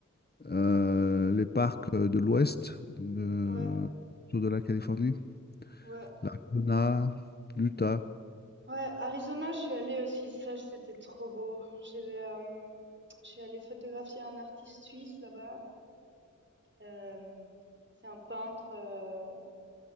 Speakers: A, on the left (about 30°); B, on the right (about 35°).
A: euh, les parcs euh, de l'Ouest, de-
B: ouais,
A: autour de la Californie,
B: ouais.
A: l'Arizona, l'Utah.
B: Ouais, Arizona, je suis allée aussi. Ça, c'était trop beau. J'avais, euh, je suis allée photographier un artiste suisse là-bas. Euh, c'est un peintre. euh,